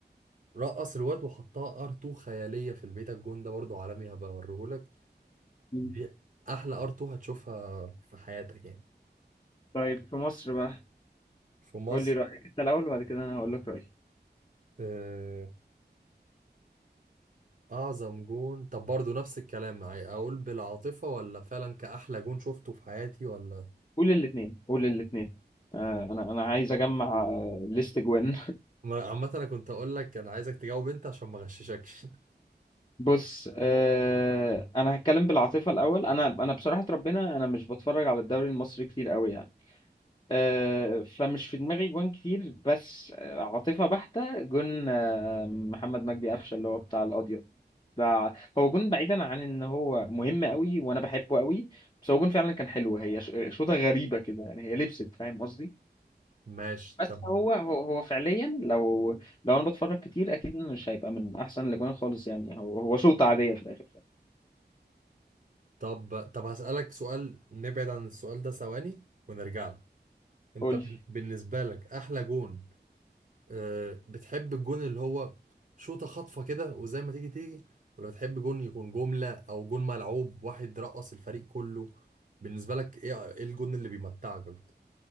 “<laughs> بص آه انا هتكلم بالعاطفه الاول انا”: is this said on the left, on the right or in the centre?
Left